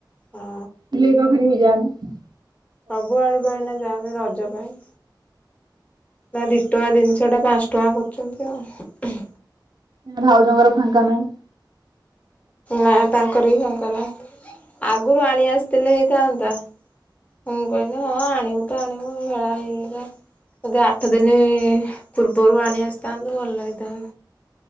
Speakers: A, on the left; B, on the right.
A: ହଁ।
B: ବିଲେଇ <unintelligible> ଘରେ ବି ଯାଆନି।
A: ସବୁ ଆଡେ ଭାଇନା ଯାମେ ରଜ ପାଇଁ। ନା ଦି ଟଙ୍କା ଜିନିଷ ଟା ପାଞ୍ଚ ଟଙ୍କା କରୁଛନ୍ତି ଆଉ।
B: ନା ଭାଉଜଙ୍କର ଫାଙ୍କା ନାହିଁ।
A: ନା ତାଙ୍କର ବି ଫାଙ୍କା ନାହି। ଆଗରୁ ଆଣି ଆସିଥିଲେ ହେଇଥାନ୍ତା। ମୁଁ କହିଲି ହଁ ଆଣିବୁ ତ ଆଣିବୁ ହେଳା ହେଇଗଲା। ବୋଧେ ଆଠ ଦିନି ପୂର୍ବରୁ ଆଣି ଆସିଥାନ୍ତୁ ଭଲ ହେଇଥା